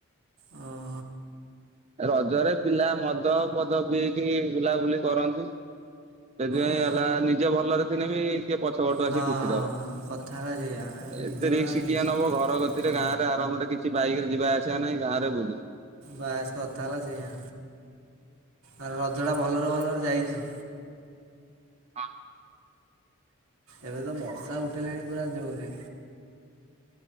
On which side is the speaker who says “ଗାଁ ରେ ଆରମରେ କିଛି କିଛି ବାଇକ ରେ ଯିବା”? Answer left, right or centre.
Right